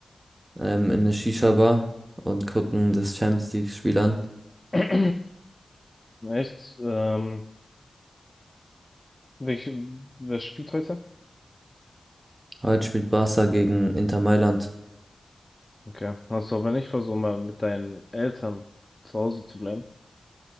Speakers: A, on the right (about 30°); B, on the left (about 20°).
A: ähm, in eine Shisha-Bar und gucken das Champions League-Spiel an.
B: <clears throat> Echt? Ähm, welch, wer spielt heute?
A: Heute spielt Barca gegen Inter Mailand.
B: Okay, hast du aber nicht versucht, mal mit deinen Eltern zu Hause zu bleiben?